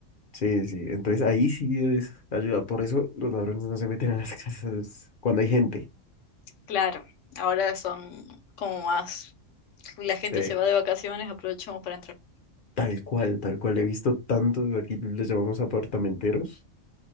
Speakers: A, on the left (about 50°); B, on the left (about 75°).
A: Sí, sí, entonces ahí sí es ayuda. Por eso los ladrones no se meten a las <laughs> casas cuando hay gente.
B: Claro, ahora son como más, la gente
A: Eh,
B: se va de vacaciones, aprovechamos para entrar.
A: tal cual, tal cual. He visto tantos, aquí les llamamos apartamenteros.